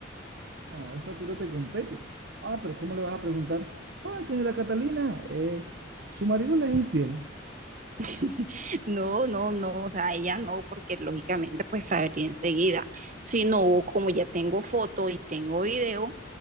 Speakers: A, on the right; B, on the right.
A: No, eso a ti no te compete. Ah, pero ¿cómo le vas a preguntar? Ah, señora Catalina, eh, su marido le es infiel.
B: <laughs> No, no, no, o sea, ella no, porque lógicamente pues sabría enseguida. Si no, como ya tengo foto y tengo video,